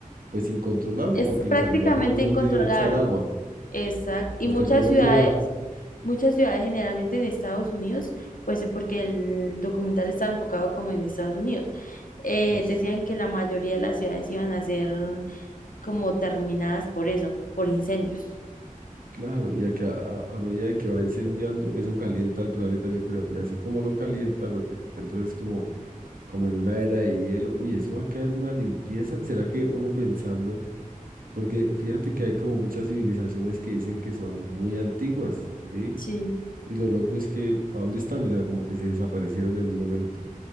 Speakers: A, on the right; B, on the left.
A: pues, incontrolable,
B: Es
A: porque
B: prácticamente
A: los animales no son
B: incontrolable.
A: de echar agua
B: Exacto. Y
A: hasta
B: muchas
A: que no
B: ciudades,
A: llueva.
B: muchas ciudades generalmente en Estados Unidos, pues porque el documental estaba enfocado como en Estados Unidos, eh,
A: Uy.
B: decían que la mayoría de las ciudades iban a ser como terminadas por eso, por incendios.
A: Claro, y a, que a, a- a medida de que va incendiando, eso calienta el planeta, yo creo. Y así como lo calienta, lo que entra es como, como en una era de hielo. Uy, eso va a quedar una limpieza. ¿Será que uno pensando? Porque fíjate que hay como muchas civilizaciones que dicen que son muy antiguas, ¿sí?
B: Sí,
A: Y lo loco es que, ¿a dónde están? O sea, como que se desaparecieron en un momento.